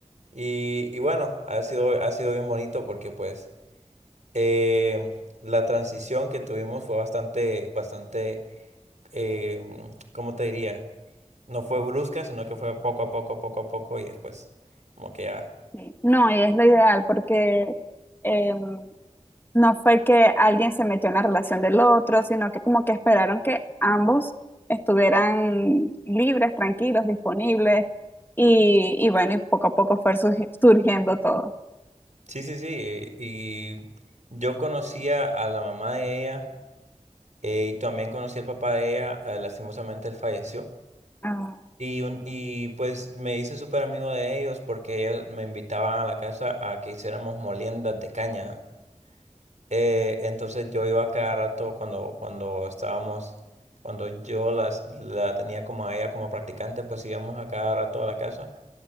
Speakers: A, on the right (about 70°); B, on the left (about 15°).
A: y, y bueno, ha sido, ha sido bien bonito porque pues eh, la transición que tuvimos fue bastante, bastante, eh, ¿cómo te diría? No fue brusca, sino que fue poco a poco, poco a poco y después como que ya.
B: sí. No, y es lo ideal porque em, No fue que alguien se metió en la relación del otro, sino que como que esperaron que ambos estuvieran libres, tranquilos, disponibles y, y bueno, y poco a poco fue surgi- surgiendo todo.
A: Sí, sí, sí. eh, Y yo conocía a la mamá de ella eh, y también conocí al papá de ella. eh, lastimosamente él falleció.
B: Ah,
A: Y, un, y pues me hice súper amigo de ellos porque ellos me invitaban a la casa a que hiciéramos moliendas de caña. Eh, entonces yo iba cada rato cuando, cuando estábamos, cuando yo las, la tenía como a ella como practicante, pues íbamos a cada rato a la casa